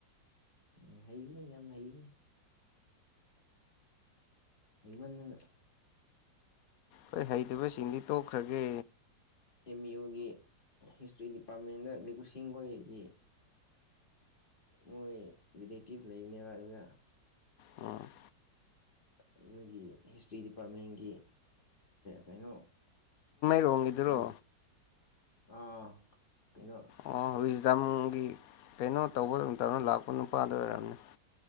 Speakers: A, on the left; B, on the left.
A: ꯎꯝ ꯍꯩꯕꯅꯤ ꯌꯥꯝꯅ ꯍꯩꯕꯅꯤ ꯑꯩꯃꯗꯅ
B: ꯍꯣꯏ ꯍꯩꯇꯕ ꯁꯤꯡꯗꯤ ꯇꯣꯛꯈ꯭ꯔꯒꯦ
A: ꯑꯦꯝ ꯌꯨꯒꯤ ꯍꯤꯁꯇ꯭ꯔꯤ ꯗꯤꯄꯥꯔꯠꯃꯦꯟꯗ ꯂꯩꯀꯨꯁꯤꯡꯒꯣꯏꯒꯤ ꯃꯣꯏ ꯔꯤꯂꯦꯇꯤꯞ ꯂꯩꯕꯅꯦꯕ ꯑꯗꯨꯗ
B: ꯎꯝ
A: ꯑꯗꯨꯒꯤ ꯍꯤꯁꯇ꯭ꯔꯤ ꯗꯤꯄꯥꯔꯠꯃꯦꯟꯒꯤ ꯀꯩꯅꯣ
B: ꯔꯣꯡꯒꯤ ꯏꯗꯔꯣ
A: ꯄ꯭ꯔꯣꯐꯦ ꯑꯥ ꯀꯩꯅꯣ
B: ꯑꯣ ꯍꯁꯗꯥꯝꯒꯤ ꯀꯩꯅꯣ ꯇꯧꯕ ꯑꯗꯨꯝꯇꯅ ꯂꯥꯛꯄ ꯅꯨꯄꯥꯗ ꯑꯣꯏꯔꯝꯅꯤ